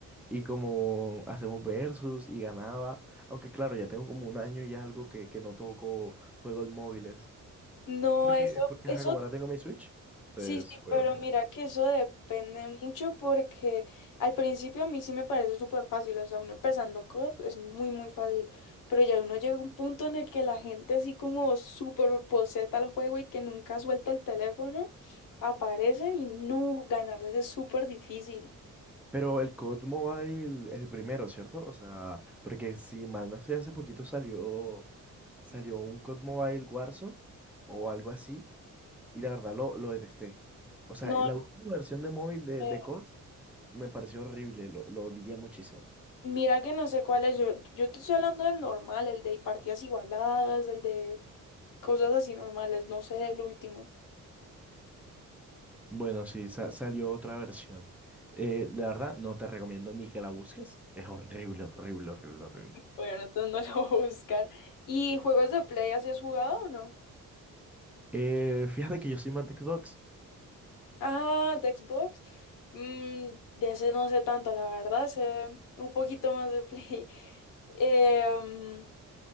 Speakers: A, in the centre; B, on the left (about 80°).
A: y como hacemos versus y ganaba, aunque claro, ya tengo como un año y algo que, que no toco juegos móviles,
B: No,
A: porque,
B: eso,
A: porque
B: eso
A: ajá, como ahora tengo mi Switch, entonces
B: Sí, sí,
A: juego.
B: pero mira que eso depende mucho porque al principio a mí sí me parece súper fácil, o sea, uno empezando code es muy, muy fácil, pero ya uno llega a un punto en el que la gente así como súper poseta al juego y que nunca suelta el teléfono, aparecen y no, ganarles es súper difícil.
A: Pero el COD Mobile es el primero, ¿cierto? O sea, porque si mal no estoy, hace poquito salió, salió un COD Mobile Warzone o algo así, y la verdad lo, lo detesté. O sea,
B: No, no
A: la última versión de móvil de,
B: sé,
A: de COD me pareció horrible, lo, lo odié muchísimo.
B: mira que no sé cuál es, yo, yo te estoy hablando del normal, el de partidas igualadas, el de cosas así normales, no sé del último.
A: Bueno, sí, sa- salió otra versión. Eh, la verdad, no te recomiendo ni que la busques. Es horrible, horrible, horrible, horrible.
B: Bueno, entonces no <laughs> lo voy a buscar. ¿Y juegos de Play así has jugado o no?
A: Eh, fíjate que yo soy más de Xbox.
B: Ah, de Xbox. Mm, de ese no sé tanto, la verdad, sé un poquito más de Play. <laughs> Eh, mm,